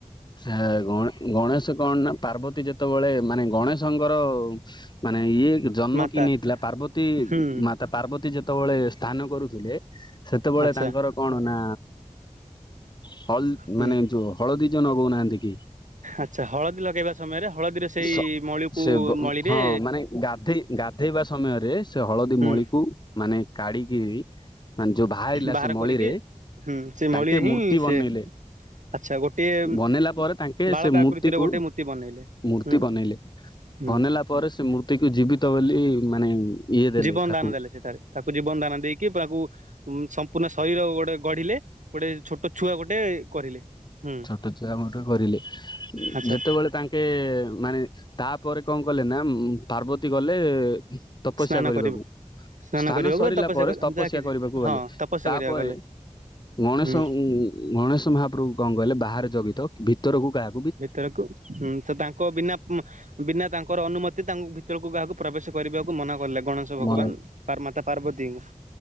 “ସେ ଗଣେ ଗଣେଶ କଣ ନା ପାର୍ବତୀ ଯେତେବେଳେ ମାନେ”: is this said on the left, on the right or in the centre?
Left